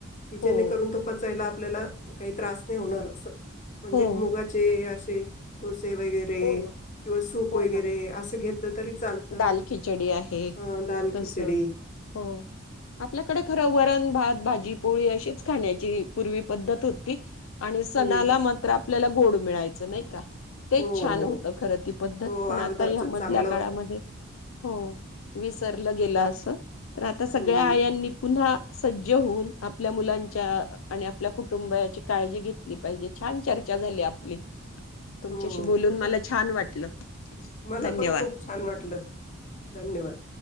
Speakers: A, on the left; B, on the left.
A: जेणेकरून
B: हो
A: करून तो पचायला आपल्याला काही त्रास नाही होणार अस म्हणजे
B: हो
A: मुगाचे अशे ते वगैरे
B: हो ना
A: किंवा सूप
B: हो
A: वगैरे
B: ना
A: असं घेतलं तरी चालतं.
B: दाल खिचडी आहे
A: अ, दाल
B: कस
A: खिचडी.
B: हो आपल्याकडे खरं वरण भात भाजी पोळी अशीच खाण्याची पूर्वी पद्धत होती आणि सणाला
A: हं.
B: मात्र आपल्याला गोड मिळायचं नाही का तेच
A: हो,
B: छान
A: हो.
B: होत खरं ती पद्धत
A: हो,
B: पण
A: अगोदरचं
B: आता या मधल्या
A: चांगलं
B: काळामध्ये
A: होतं.
B: हो विसरलं गेलं असं तर आता सगळ्या
A: हं.
B: आयांनी पुन्हा सज्ज होऊन आपल्या मुलांच्या आणि आपल्या कुटुंबाची काळजी घेतली पाहिजे छान चर्चा झाली आपली तुमच्याशी
A: हो.
B: बोलून
A: हो,
B: मला
A: हो.
B: छान वाटलं
A: मला
B: धन्यवाद
A: पण खूप छान वाटलं धन्यवाद